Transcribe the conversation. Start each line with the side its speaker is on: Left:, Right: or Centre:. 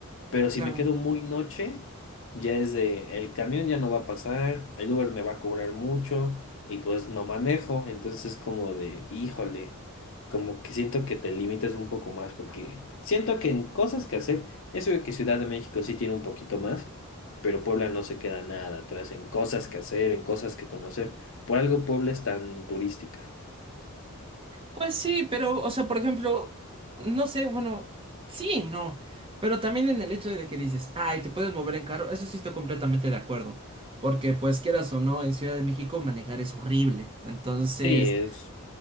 Left: Pero
Right: Claro.
Left: si me quedo muy noche, ya es de, el camión ya no va a pasar, el Uber me va a cobrar mucho y pues no manejo. Entonces es como de, híjole, como que siento que te limitas un poco más porque siento que en cosas que hacer, eso de que Ciudad de México sí tiene un poquito más, pero Puebla no se queda nada atrás en cosas que hacer, en cosas que conocer. Por algo Puebla es tan turística.
Right: Pues sí, pero, o sea, por ejemplo, no sé, bueno, sí, y no, pero también en el hecho de que dices, ay, te puedes mover en carro, eso sí estoy completamente de acuerdo, porque pues quieras o no, en Ciudad de México manejar es horrible, entonces,
Left: Sí, es.